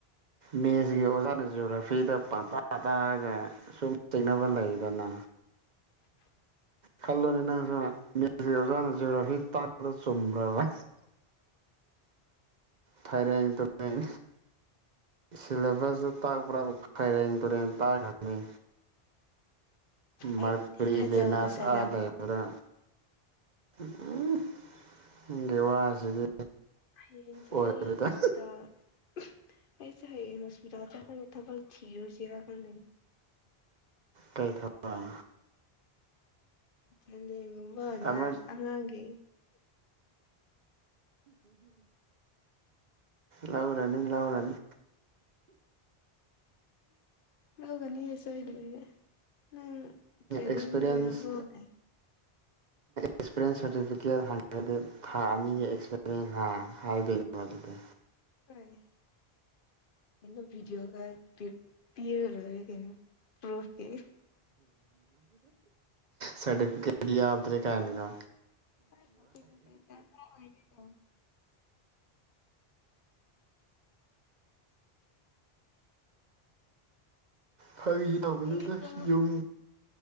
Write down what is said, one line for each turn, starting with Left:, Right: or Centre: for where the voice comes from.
Right: ꯃꯦꯠꯁꯀꯤ ꯑꯣꯖꯥꯅ ꯖꯑꯣꯒ꯭ꯔꯥꯐꯤꯗ ꯄꯥꯡꯇꯥ ꯇꯥꯔꯒ ꯁꯨꯝ ꯆꯤꯡꯅꯕ ꯂꯩꯗꯅ ꯈꯜꯂꯣꯅꯦ ꯅꯪꯖꯨ ꯃꯦꯠꯖꯁ ꯀꯤ ꯑꯣꯖꯅꯥ ꯖꯣꯒꯔꯥꯐꯤ ꯇꯥꯛꯄꯗ ꯆꯨꯝꯈꯔꯕ ꯐꯩꯔꯦꯡ ꯇꯨꯔꯦꯡ ꯁꯤꯂꯦꯕꯁꯇ ꯇꯥꯛꯄ꯭ꯔꯥ ꯐꯩꯔꯦꯡ ꯇꯨꯔꯦꯟ ꯇꯥꯛꯈꯔꯅꯤ
Left: ꯑꯩꯕꯨꯗꯤ
Right: ꯃꯔꯀꯔꯤ
Left: ꯊꯥꯖꯧꯗ
Right: ꯕꯦꯅꯁ
Left: ꯊꯥꯖꯧ
Right: ꯑꯥ ꯂꯩꯕ꯭ꯔꯥ ꯎ ꯅꯪꯒꯤ ꯋꯥꯁꯤꯗꯤ
Left: ꯍꯌꯦꯡꯁꯦ
Right: ꯑꯣꯏꯔꯣꯏꯗ
Left: ꯑꯩ ꯍꯣꯁꯄꯤꯇꯥꯜ ꯑꯩꯁꯦ ꯍꯌꯦꯡ ꯍꯣꯁꯄꯤꯇꯥꯜ ꯆꯠꯂꯒ ꯊꯥꯕꯛ ꯊꯤꯔꯨꯁꯤꯔꯥ ꯈꯪꯗꯦꯅꯦ
Right: ꯀꯩ ꯊꯥꯕꯛ
Left: ꯆꯦꯟꯗꯦꯡꯒꯨꯝꯕ
Right: ꯑꯃ
Left: ꯅꯔꯁ ꯑꯉꯥꯡꯒꯤ
Right: ꯂꯥꯎꯔꯅꯤ ꯂꯥꯎꯔꯅꯤ
Left: ꯂꯧꯒꯅꯤ ꯍꯦ ꯁꯣꯏꯗꯕꯤ ꯅꯪ ꯇ꯭ꯔꯦꯅꯤꯡ
Right: ꯑꯦꯛꯁꯄꯦꯔꯤꯟꯁ
Left: ꯂꯣꯏꯔꯕꯣ ꯀꯥꯏ
Right: ꯑꯦꯛꯁꯄꯤꯔꯤꯌꯦꯟꯁ ꯁꯥꯔꯇꯤꯐꯤꯀꯦꯠ ꯍꯪꯉꯒꯗꯤ ꯊꯥ ꯑꯅꯤꯒꯤ ꯑꯦꯛꯁꯄꯤꯔꯤꯌꯦꯟꯁ ꯍꯥꯏꯗꯣꯏꯅꯦꯕ ꯑꯗꯨꯗꯤ
Left: ꯑ ꯀꯣ ꯤꯗꯤꯑꯣ ꯀ ꯄ ꯄꯤꯌ ꯑꯣꯏ ꯀꯣ ꯄ꯭ꯔꯣꯐꯀꯤ
Right: ꯁꯥꯔꯐꯤꯀꯦꯠ ꯇꯤ ꯌꯥꯎꯗꯔ꯭ꯦ ꯒꯥꯏꯅꯒ
Left: ꯍ ꯐꯇ ꯐꯦ ꯇ ꯀ ꯑꯣꯏ ꯂꯩ ꯀ
Right: ꯐꯒꯤ
Left: ꯊꯦꯡꯉꯦ
Right: ꯇꯧꯕꯅꯤꯅ
Left: ꯊꯦꯡꯉꯦ ꯇꯨꯝꯃꯣ
Right: ꯌꯨꯝ